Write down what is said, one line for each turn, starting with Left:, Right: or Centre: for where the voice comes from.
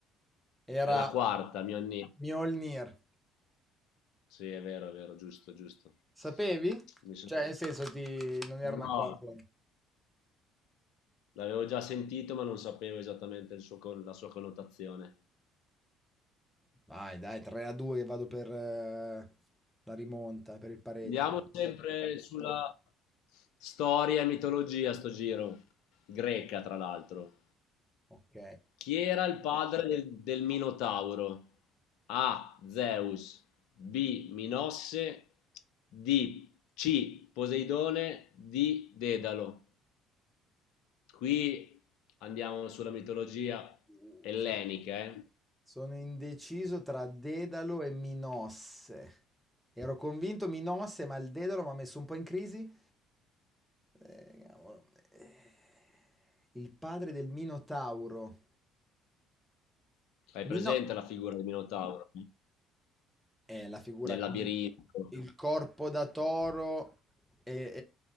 Centre: Era
Left: È la quarta, mio nino.
Centre: Mjolnir.
Left: Sì, è vero, è vero, giusto, giusto.
Centre: Sapevi?
Left: Mi sono-
Centre: Cioè, nel senso, ti... non era
Left: No,
Centre: una cosa.
Left: l'avevo già sentito, ma non sapevo esattamente il suo con- la sua connotazione.
Centre: Vai, dai, 3 a 2 che vado per eh, la rimonta, per il pareggio.
Left: Andiamo sempre sulla storia e mitologia sto giro, greca tra l'altro.
Centre: Ok.
Left: Chi era il padre del, del Minotauro? A. Zeus, B. Minosse, D. C. Poseidone, D. Dedalo. Qui andiamo sulla mitologia
Centre: Uh,
Left: ellenica,
Centre: sì.
Left: eh?
Centre: Sono indeciso tra Dedalo e Minosse. Ero convinto Minosse, ma il Dedalo mi ha messo un po' in crisi. Eh, cavolo. Eh, Il padre del Minotauro.
Left: Hai
Centre: Mino
Left: presente la figura del Minotauro
Centre: è la figura
Left: nel
Centre: con
Left: labirinto?
Centre: il corpo da toro e,